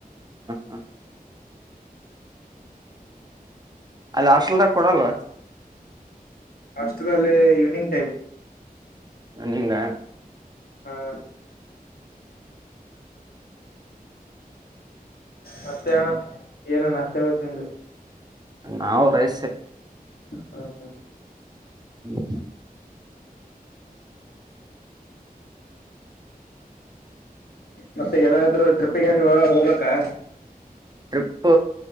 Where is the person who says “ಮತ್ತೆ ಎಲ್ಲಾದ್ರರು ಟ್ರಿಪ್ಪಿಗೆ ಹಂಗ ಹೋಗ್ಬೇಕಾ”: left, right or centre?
Left